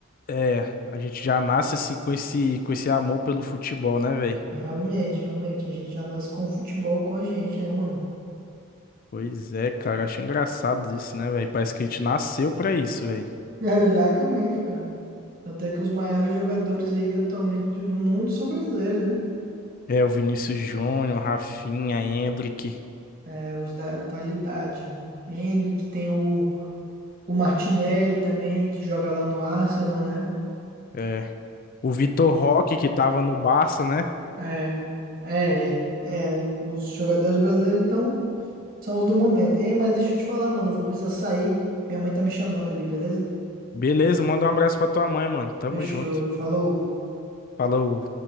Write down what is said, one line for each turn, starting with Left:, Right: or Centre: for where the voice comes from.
Left: é, a gente já nasce assim com esse com esse amor pelo futebol, né, velho?
Right: Realmente, realmente, a gente já nasce com o futebol com a gente, né, mano?
Left: Pois é, cara, acho engraçado isso, né, velho? Parece que a gente nasceu pra isso, velho.
Right: <laughs> Exatamente, cara. Tanto é que os maiores jogadores aí atualmente do do mundo são brasileiros, né?
Left: É, o Vinícius Júnior, Rafinha, Endrick,
Right: É, os da atualidade. Endrick, tem o, o Martinelli também, né, que joga lá no Arsenal, né?
Left: é, o Vitor Roque que tava no Barça, né?
Right: É, é, é, é. Os jogadores brasileiros, então, são os do momento. Ei, mas deixa eu te falar, mano, eu vou precisar sair. Minha mãe tá me chamando ali, beleza?
Left: Beleza, manda um abraço pra tua mãe, mano. Tamo
Right: Fechou,
Left: junto.
Right: falou.
Left: Falou.